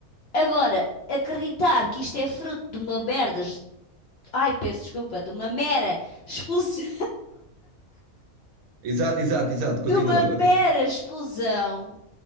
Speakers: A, on the left (about 70°); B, on the right (about 75°).
A: Agora, acreditar que isto é fruto de uma merda, es- ai, peço desculpa, de uma mera expulsão,
B: Exato, exato,
A: <laughs>
B: exato.
A: de
B: Continua,
A: uma mera
B: continua.
A: expulsão.